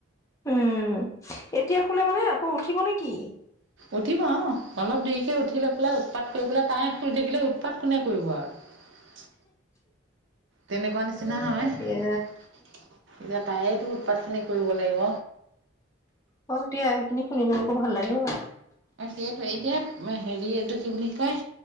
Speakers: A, on the left; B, on the right.
A: উম, এতিয়া শুলে মানে আকৌ উঠিব নে কি?
B: উঠিব অ', অলপ দেৰিকে উঠি লৈ পেলাই উৎপাত কৰি পেলাই, তাই শুই থাকিলে উৎপাত কোনে কৰিব আৰু। তেনেকুৱা নিচিনা
A: এ
B: হয়। এতিয়া
A: দিয়া
B: তায়েতো উৎপাত খিনি কৰিব লাগিব।
A: হওক দিয়া সেখিনি শুনিবলৈকো ভাল লাগে ঐ।
B: তাকেইটো এতিয়া হেৰি এইটো কি বুলি কয়